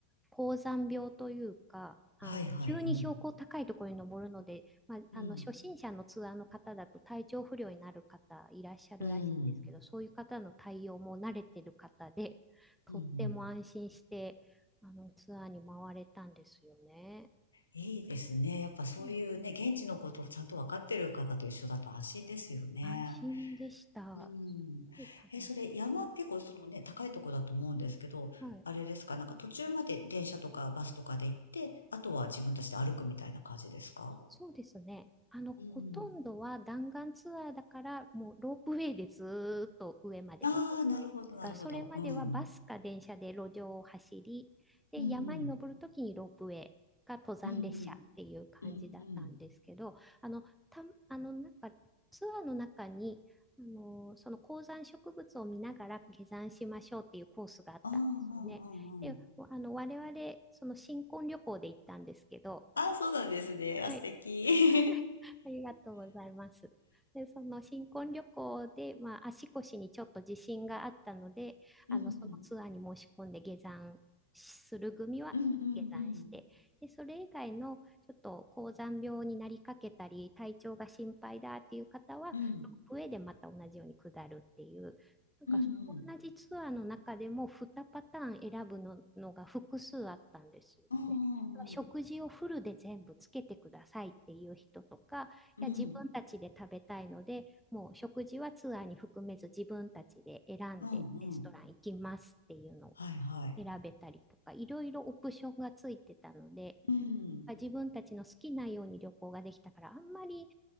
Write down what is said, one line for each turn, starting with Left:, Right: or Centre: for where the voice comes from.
Centre: 高山病というか、あの、
Left: はいはい。
Centre: 急に標高高いところに登るので、
Left: うん。
Centre: まあ、あの、
Left: うん。
Centre: 初心者のツアーの方だと体調不良になる方いらっしゃるらしいんですけど、
Left: うん。
Centre: そういう方の対応も慣れてる方で、とっても安心して、
Left: うん。
Centre: あの、ツアーに回れたんですよね。
Left: いいですね。やっぱそういうね、
Centre: うん、
Left: 現地のことをちゃんとわかってる方と一緒だと安心ですよね。
Centre: 安心でした。
Left: うん。
Centre: すごい楽しかっ
Left: え、それ山結構そのね、高いとこだと思うんですけど、
Centre: た。はい。
Left: あれですか、なんか途中まで電車とかバスとかで行って、あとは自分たちで歩くみたいな感じですか
Centre: そうですね。あの、ほとんどは弾丸ツアーだから、
Left: うん。
Centre: もうロープウェイでずーっと上まで登る。
Left: ああ、なるほど、
Centre: だからそれまではバスか電車で路上を走り、
Left: なるほど。うんうん。
Centre: で、
Left: うんうん。
Centre: 山に登るときにロープウェイか登山列車っていう感じだったんですけど、
Left: うんうん。うんうん。
Centre: あの、た、あの、なんかツアーの中に、あの、その高山植物を見ながら下山しましょうっていうコースがあったんですよね。
Left: ああ、うんうんうん。
Centre: で、あの、我々、その新婚旅行で行ったんですけど、
Left: ああ、そうなんですね。
Centre: はい。
Left: あ、素敵。
Centre: <laughs>
Left: <laughs>
Centre: ありがとうございます。で、その新婚旅行で、まあ、足腰にちょっと自信があったので、
Left: うんうん。
Centre: あの、そのツアーに申し込んで下山する組は下山して、
Left: うんうんうん。
Centre: で、それ以外のちょっと高山病になりかけたり、体調が心配だっていう方は、
Left: うん。
Centre: 上でまた同じように下るっていう、なんかその同じツアーの中でも2パターン選ぶの、
Left: うんうん。
Centre: のが複数あったんですよね。
Left: うんうんうん。
Centre: 食事をフルで全部つけてくださいっていう人とか、
Left: うん。
Centre: いや、自分たちで食べたいので、もう食事はツアーに含めず自分たちで選んでレストラン行きますっていうのを
Left: うんうん。はいはい。
Centre: 選べたりとか、いろいろオプションがついてたので、
Left: うん。
Centre: 自分たちの好きなように旅行ができたから、あんまり